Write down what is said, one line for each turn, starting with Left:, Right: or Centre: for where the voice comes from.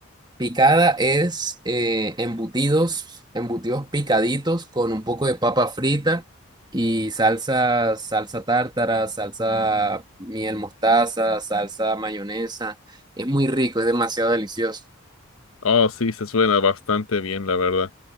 Right: Picada es eh, embutidos, embutidos picaditos con un poco de papa frita y salsa, salsa tártara, salsa miel mostaza, salsa mayonesa. Es muy rico, es demasiado delicioso.
Left: Oh, sí, se suena bastante bien, la verdad.